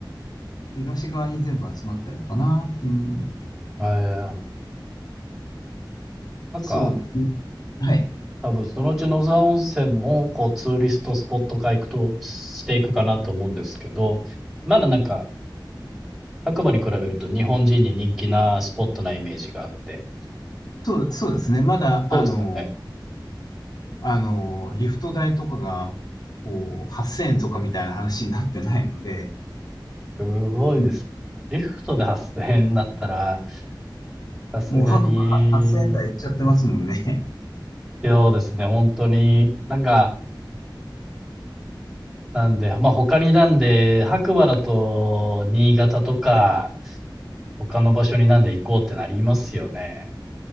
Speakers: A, on the left; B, in the centre.
A: 東側に全部集まってるのかな。うん、
B: ええ、なんか、
A: そうですね。はい。
B: 多分そのうち野沢温泉も、こう、ツーリストスポット化行くと、していくかなと思うんですけど、まだなんか、白馬に比べると日本人に人気なスポットなイメージがあって。
A: そう、そうですね。まだ、
B: そうですよね。
A: あの、あの、リフト代とかが、こう、8000円とかみたいな話になってないので、
B: すごいですね。
A: うん
B: リフトで発生になだったら、さすがに、
A: もう白馬8000円台いっちゃってますもんね。
B: そうですね、本当に。なんか、なんで、まあ、他になんで、白馬だと、新潟とか、他の場所になんで行こうってなりますよね。